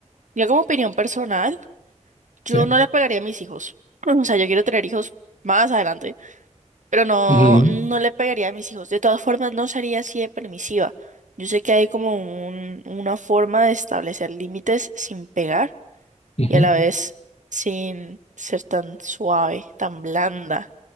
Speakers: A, on the right; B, on the left.
A: ya como opinión personal. Yo
B: Sí.
A: no le pegaría a mis hijos. <clears throat> O sea, yo quiero tener hijos más adelante, pero no,
B: Ujú,
A: no le pegaría a mis hijos. De todas formas, no sería así de permisiva. Yo sé que hay como un- una forma de establecer límites sin pegar
B: ujú,
A: y a la vez sin ser tan suave, tan blanda.